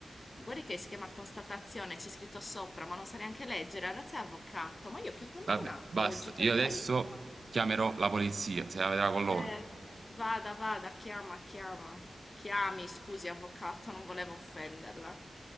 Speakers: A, on the left (about 35°); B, on the right (about 60°).
A: Guardi che si chiama constatazione, c'è scritto sopra, ma non sa neanche leggere. Ragazzi, è avvocato. Ma io che ho tamponato
B: Vabbè, basta,
A: oggi, per
B: io adesso
A: carità.
B: chiamerò la polizia, se la vedrà con loro.
A: Eh, vada, vada, chiama, chiama. Chiami, scusi, avvocato, non volevo offenderla.